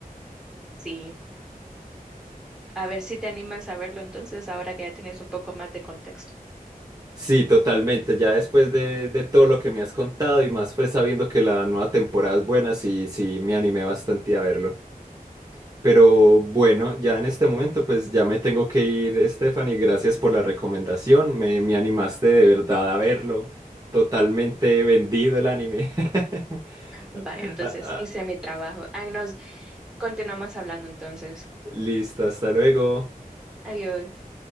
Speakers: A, in the centre; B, on the right.
A: Sí. A ver si te animas a verlo entonces, ahora que ya tienes un poco más de contexto.
B: Sí, totalmente, ya después de, de todo lo que me has contado y más pues sabiendo que la nueva temporada es buena, sí, sí me animé bastante a verlo. Pero bueno, ya en este momento pues ya me tengo que ir, Stephanie. Gracias por la recomendación. Me, me animaste de verdad a verlo. Totalmente vendido el anime. <laughs>
A: Vale, entonces
B: Ah, ah,
A: hice mi trabajo. Ahí nos continuamos hablando entonces.
B: Listo, hasta luego.
A: Adiós.